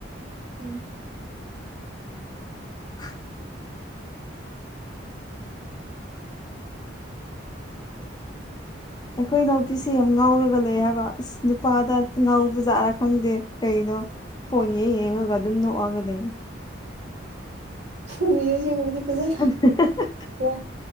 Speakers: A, on the right; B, on the left.
A: ꯎꯝ
B: <unintelligible> ꯑꯩꯈꯣꯏ ꯅꯥꯎꯄꯤꯁꯤ ꯌꯥꯝ ꯉꯥꯎꯔꯒ ꯂꯩ ꯍꯥꯏꯕ ꯑꯁ ꯅꯨꯄꯥꯗ ꯉꯥꯎꯕꯖꯥꯠꯔꯥ ꯈꯪꯗꯦ ꯀꯩꯅꯣ ꯄꯣꯏꯉꯦ ꯌꯦꯡꯉꯒ ꯑꯗꯨꯝ ꯅꯣꯛꯑꯒ ꯂꯩ
A: ꯐꯕꯤꯏ ꯌꯦ ꯎꯨꯝꯕꯗꯤ ꯐꯖꯥ
B: ꯑ
A: ꯋꯥ